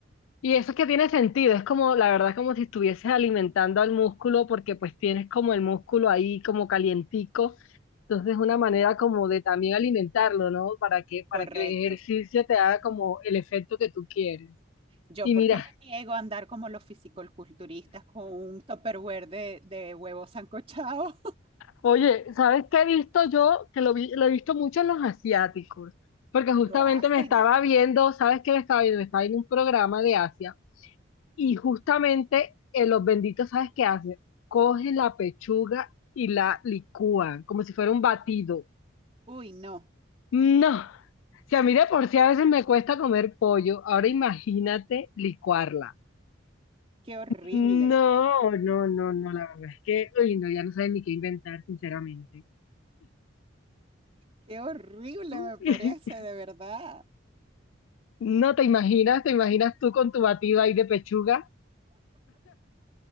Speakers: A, on the left; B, on the right.
A: Y eso que tiene sentido, es como, la verdad, como si estuvieses alimentando al músculo porque pues tienes como el músculo ahí como calientico. Entonces, una manera como de también alimentarlo, ¿no? Para que, para
B: Correcto.
A: que el ejercicio te haga como el efecto que tú quieres.
B: Yo,
A: Y
B: ¿por
A: mira,
B: qué me niego a andar como los fisicoculturistas con un tupperware de, de huevos sancochados?
A: Oye, ¿sabes qué he visto yo? Que lo, vi- lo he visto mucho en los asiáticos, porque
B: <laughs>
A: justamente
B: Lo hacen.
A: me estaba viendo, ¿sabes qué me estaba viendo? Me estaba viendo un programa de Asia y justamente eh, los benditos, ¿sabes qué hacen? Cogen la pechuga y la licúan como si fuera un batido.
B: Uy, no,
A: No, si a mí de por sí a veces me cuesta comer pollo, ahora imagínate licuarla.
B: qué horrible,
A: No, no, no, no, la verdad es que, uy, no, ya no saben ni qué inventar, sinceramente.
B: qué horrible
A: <laughs>
B: me parece, de verdad.
A: No te imaginas, te imaginas tú con tu batido ahí de pechuga.